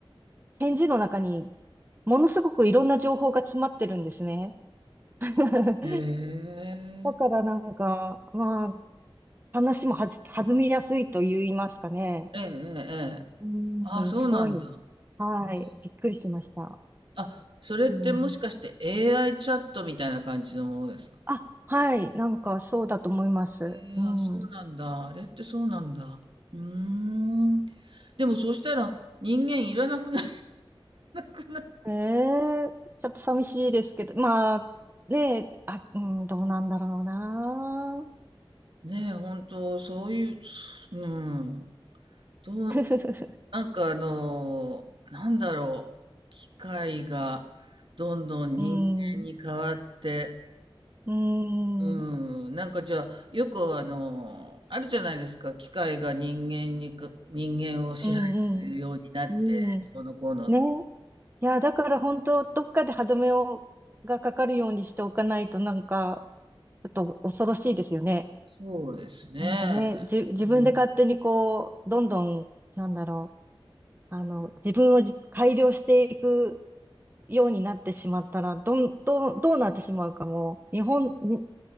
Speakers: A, on the right; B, on the right.
A: 返事の中に、ものすごくいろんな情報が詰まってるんですね。<laughs>
B: へえー。
A: だからなんか、まあ、話もはじ、弾みやすいと言いますかね。
B: ええええええ。
A: う
B: あ、そうなんだ。
A: ん、すごい。はい。
B: へへえ。
A: びっくりしました。
B: あ、それってもしかして
A: うん。
B: AI チャットみたいな感じのものですか
A: あ、はい。なんか、そうだと思います。
B: ええあ、
A: うん。
B: そうなんだ。あれってそうなんだ。うーん。でもそうしたら人間いらなくなくな
A: ええちょっと寂しいですけど、まあ、ねえ、あ、うん、どうなんだろうな。
B: <laughs> ねえ、本当そういう、うん。どう、
A: <laughs>
B: なんかあの、なんだろう。機械がどんどん人間に変わって、
A: うん、うん。
B: うん、なんかじゃあ、よくあの、あるじゃないですか、機械が人間にか、人間を支配するようになって、
A: うんうん。うん。
B: どうのこうの。
A: ね。いや、だから本当、どっかで歯止めを、がかかるようにしておかないと、なんか、ちょっと恐ろしいですよね。
B: そうですね。
A: なんかね、じ、自分で勝手にこう、
B: うん、
A: どんどん、なんだろう、あの、自分をじ改良していくようになってしまったら、どん、どう、どうなってしまうかも、日本、に